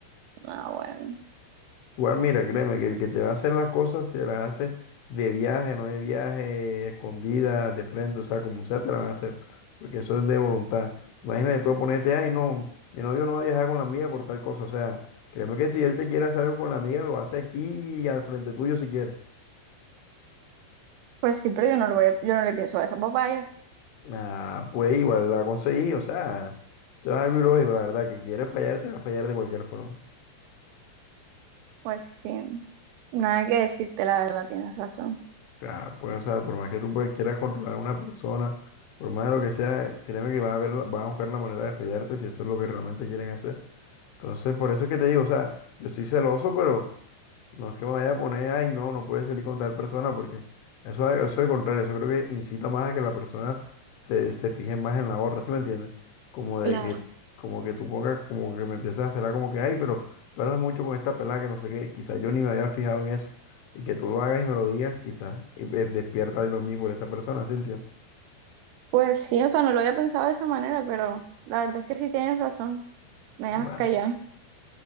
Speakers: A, on the right; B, on the left.
A: Ah, bueno.
B: Igual, mira, créeme que el que te va a hacer las cosas se las hace de viaje, no de viaje, escondida, de frente, o sea, como sea, te la van a hacer. Porque eso es de voluntad. Imagínate tú ponerte, ay, no, mi novio no va a viajar con la amiga por tal cosa. O sea, créeme que si él te quiere hacer algo con la amiga, lo hace aquí al frente tuyo si quiere.
A: Pues sí, pero yo no lo voy a- yo no le pienso a esa papaya.
B: Ah, pues igual la conseguí, o sea, eso es algo ilógico, la verdad, que quieres fallar, te va a fallar de cualquier forma.
A: Pues sí. Nada que decirte, la verdad, tienes razón.
B: Ah, pues, o sea, por más que tú pues, quieras controlar a una persona, por más de lo que sea, créeme que van a ver, la- van a buscar la manera de fallarte si eso es lo que realmente quieren hacer. Entonces, por eso es que te digo, o sea, yo estoy celoso, pero No es que me vaya a poner, ay, no, no puede salir con tal persona, porque eso, eso es al contrario, eso creo que incita más a que la persona se, se fije más en la otra, ¿sí me entiendes? Como de
A: Claro.
B: que, como que tú pongas, como que me empieces a hacerla como que, ay, pero tú hablas mucho con esta pelada que no sé qué, quizás yo ni me había fijado en eso, y que tú lo hagas y me lo digas, quizás y, eh, despierta algo en mí por esa persona, ¿sí entiendes?
A: Pues sí, o sea, no lo había pensado de esa manera, pero la verdad es que sí tienes razón. Me
B: Bueno,
A: dejas callar.